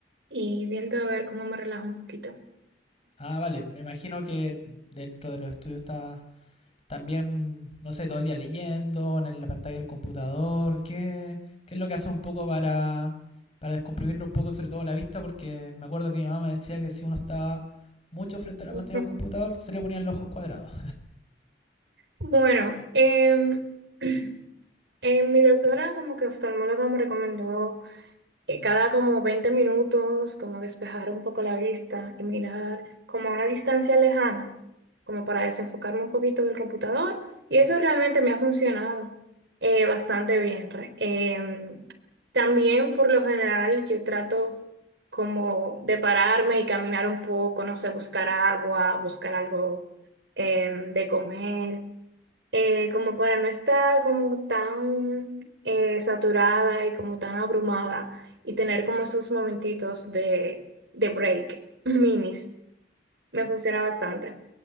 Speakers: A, on the right (about 80°); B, on the left (about 35°).
A: Y viendo a ver cómo me relajo un poquito.
B: Ah, vale, me imagino que dentro de los estudios estás también, no sé, todo el día leyendo, en el- la pantalla del computador. ¿Qué, qué es lo que hace un poco para, para descomprimir un poco, sobre todo la vista? Porque me acuerdo que mi mamá me decía que si uno estaba mucho frente a la
A: <laughs>
B: pantalla de un computador, se le ponían los ojos cuadrados.
A: Bueno, em, <clears throat> Eh, mi doctora como que oftalmóloga me recomendó que cada como 20 minutos como despejar un poco la vista y mirar como a una distancia lejana, como para desenfocarme un poquito del computador y eso realmente me ha funcionado eh, bastante bien. re- em, también por lo general yo trato como de pararme y caminar un poco, no sé, buscar agua, buscar algo em, de comer eh, como para no estar como tan eh, saturada y como tan abrumada y tener como esos momentitos de, de break, <laughs> minis, me funciona bastante.